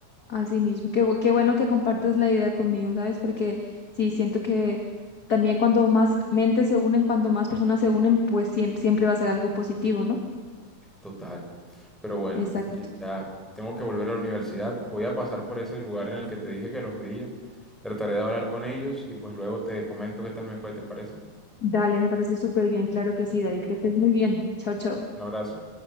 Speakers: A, on the left (about 35°); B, in the centre.
A: así mismo. Qué, bu- qué bueno que compartas la idea conmigo, ¿sabes? Porque sí, siento que también cuando más mentes se unen, cuando más personas se unen, pues siempre, siempre va a ser algo positivo, ¿no?
B: Total. Pero bueno,
A: Exacto.
B: ya tengo que volver a la universidad. Voy a pasar por ese lugar en el que te dije que los veía. Trataré de hablar con ellos y pues luego te comento qué tal me fue, ¿te parece?
A: Dale, me parece súper bien, claro que sí, David, que estés muy bien. Chao, chao.
B: Un abrazo.